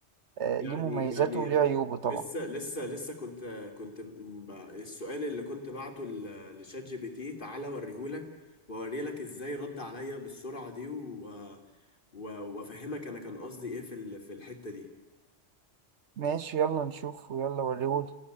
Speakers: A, on the right; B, on the left.
A: آه،
B: يعني
A: ليه مميزاته
B: يعني
A: وليه عيوبه طبعا
B: لسه لسه لسه كنت كنت ب- السؤال اللي كنت بعته ل- لشات جي بي تي تعالى اوريهولك واوريلك ازاي رد عليا بالسرعة دي و و- وافهمك انا كان قصدي ايه في ال- في الحتة دي
A: ماشي يلا نشوف ويلا وريهولي